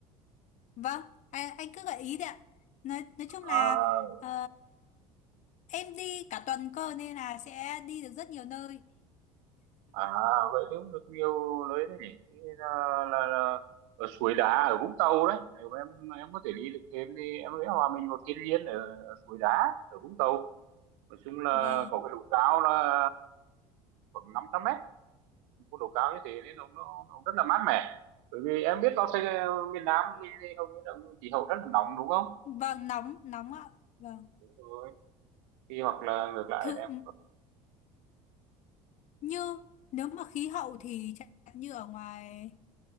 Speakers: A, on the left; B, on the right.
A: Vâng, à, anh cứ gợi ý đấy ạ. Nói nói chung
B: à,
A: là ờ, em đi cả tuần cơ nên là sẽ đi được rất nhiều nơi.
B: à vậy thì cũng được nhiều nơi đấy nhỉ Thì là, là, là ở suối đá ở Vũng Tàu đấy nếu mà em em có thể đi được thêm thì em sẽ hòa mình vào thiên nhiên ở, ở suối đá ở Vũng Tàu nói chung là
A: Vâng.
B: có cái độ cao là khoảng năm trăm mét có độ cao như thế nên nó, nó, nó rất là mát mẻ bởi vì em biết nó sẽ miền Nam mình thì hầu như là khí hậu rất là nóng đúng không
A: Vâng, nóng, nóng ạ. Vâng.
B: rồi thì hoặc là ngược lại
A: Thử
B: em
A: như nếu mà khí hậu thì chẳng hạn như ở ngoài